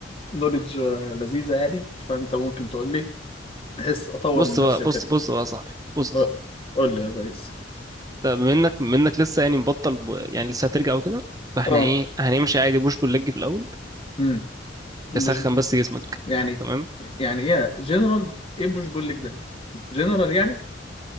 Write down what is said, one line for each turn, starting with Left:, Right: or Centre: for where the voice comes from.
Left: نوليدج لذيذة يعني فأنت ممكن تقول لي بحيث أطور
Right: بص
Left: من نفسي
Right: بقى بص
Left: وكده
Right: بص بقى يا صاحبي بص
Left: قول
Right: يا صاحبي
Left: قول لي يا ريس
Right: انت منك منك لسه يعني مبطل ب... يعني لسه هترجع وكده فاحنا
Left: اه
Right: ايه هنمشي عادي بوش بول ليج في الاول
Left: امم مش
Right: تسخن بس جسمك
Left: يعني
Right: تمام
Left: يعني ايه جنرال ايه بوش بقول لك ده جنرال يعني